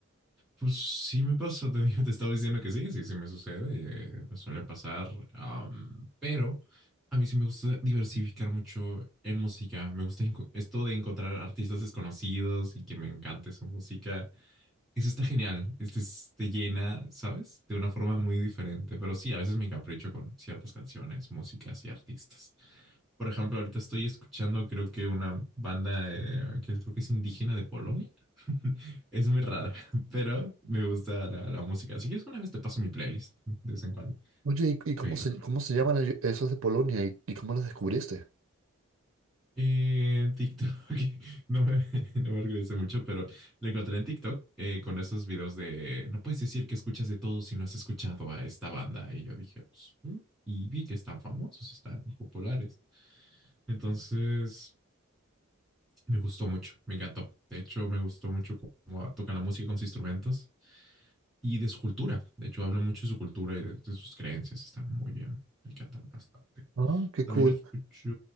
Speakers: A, in the centre; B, on the right.
A: Pues sí me pasa, te <laughs> digo, te estaba diciendo que sí, sí, sí me sucede, eh, me suele pasar, am, pero a mí sí me gusta diversificar mucho en música, me gusta enco- esto de encontrar artistas desconocidos y que me encante su música, eso está genial, este es- te llena, ¿sabes? De una forma muy diferente, pero sí, a veces me encapricho con ciertas canciones, músicas y artistas. Por ejemplo, ahorita estoy escuchando, creo que una banda eh, que creo que es indígena de Polonia. <laughs> Es muy rara, <laughs> pero me gusta la, la música. Si quieres, una vez te paso mi playlist de vez en cuando.
B: Oye, ¿y, y cómo
A: Pero
B: se, cómo se llaman ello- esos de Polonia y, y cómo los descubriste?
A: eh, TikTok, <laughs> no me, <laughs> no me orgullece mucho, pero lo encontré en TikTok eh, con esos videos de no puedes decir que escuchas de todo si no has escuchado a esta banda. Y yo dije, pues, "Mm", y vi que están famosos, están populares. Entonces, Me gustó mucho, me encantó. De hecho, me gustó mucho cómo tocan la música con sus instrumentos y de su cultura. De hecho, hablan mucho de su cultura y de, de sus creencias. Está muy bien, me encantan bastante.
B: Ah, qué
A: También
B: cool.
A: escucho